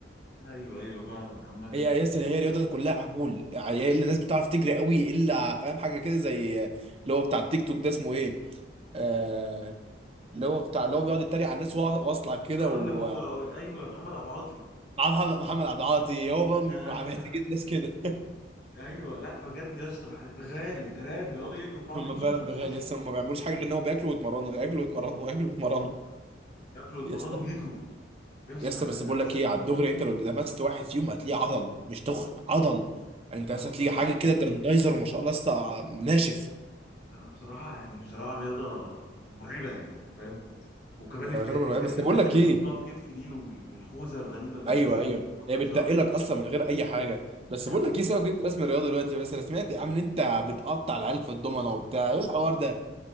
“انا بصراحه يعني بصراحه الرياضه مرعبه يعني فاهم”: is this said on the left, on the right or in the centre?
Left